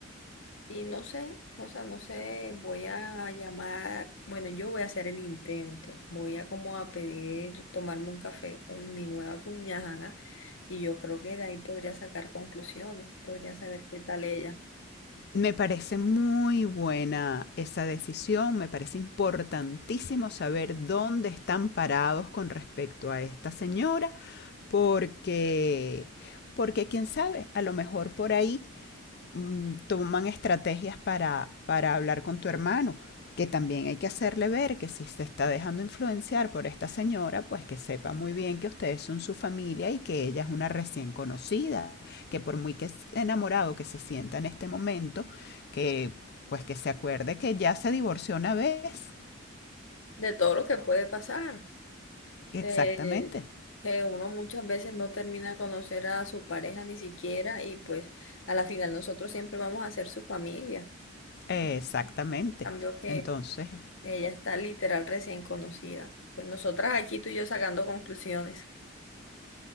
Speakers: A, on the left (about 75°); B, on the left (about 55°).
A: Y no sé, o sea, no sé, voy a llamar, bueno, yo voy a hacer el intento, voy a como a pedir tomarme un café con mi nueva cuñada y yo creo que de ahí podría sacar conclusiones, podría saber qué tal ella,
B: Me parece muy buena esa decisión, me parece importantísimo saber dónde están parados con respecto a esta señora, porque, porque quién sabe, a lo mejor por ahí mm, toman estrategias para, para hablar con tu hermano, que también hay que hacerle ver que si se está dejando influenciar por esta señora, pues que sepa muy bien que ustedes son su familia y que ella es una recién conocida, que por muy que enamorado que se sienta en este momento, que pues que se acuerde que ya se divorció una vez.
A: de todo lo que puede pasar,
B: Exactamente,
A: de que uno muchas veces no termina de conocer a su pareja ni siquiera y pues a la final nosotros siempre vamos a ser su familia.
B: exactamente.
A: En Cambio que
B: Entonces,
A: Ella está literal recién conocida. Pues nosotras aquí tú y yo sacando conclusiones.